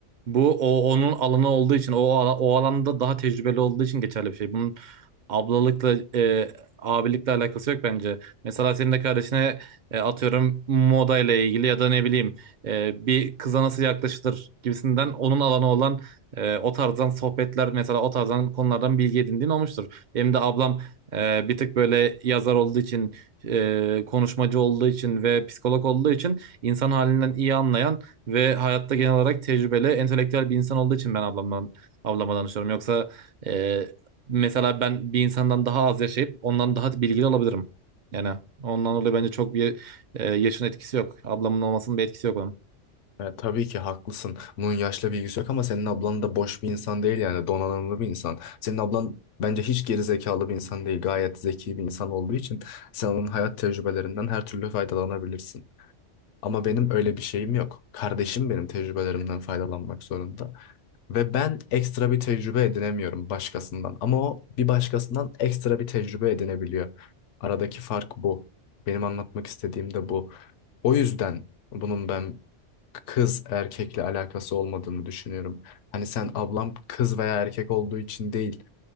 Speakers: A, on the right; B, on the left.
A: Bu o onun alanı olduğu için o ala- o alanda daha tecrübeli olduğu için geçerli bir şey. Bunun ablalıkla e, abilikle alakası yok bence. Mesela senin de kardeşine e, atıyorum moda ile ilgili ya da ne bileyim e, bir kıza nasıl yaklaşılır gibisinden onun alanı olan e, o tarzdan sohbetler mesela o tarzdan konulardan bilgi edindiğin olmuştur. Benim de ablam e, bir tık böyle yazar olduğu için e, konuşmacı olduğu için ve psikolog olduğu için insan halinden iyi anlayan ve hayatta genel olarak tecrübeli, entelektüel bir insan olduğu için ben ablamdan, ablama danışıyorum. Yoksa e, mesela ben bir insandan daha az yaşayıp ondan daha bilgili olabilirim. Yani ondan dolayı bence çok bir e, yaşın etkisi yok. Ablamın olmasının bir etkisi yok onun.
B: E, tabii ki haklısın. Bunun yaşla bilgisi yok ama senin ablan da boş bir insan değil yani donanımlı bir insan. Senin ablan bence hiç geri zekalı bir insan değil. Gayet zeki bir insan olduğu için sen onun hayat tecrübelerinden her türlü faydalanabilirsin. Ama benim öyle bir şeyim yok. Kardeşim benim tecrübelerimden faydalanmak zorunda. Ve ben ekstra bir tecrübe edinemiyorum başkasından. Ama o bir başkasından ekstra bir tecrübe edinebiliyor. Aradaki fark bu. Benim anlatmak istediğim de bu. O yüzden bunun ben kız erkekle alakası olmadığını düşünüyorum. Hani sen ablam kız veya erkek olduğu için değil,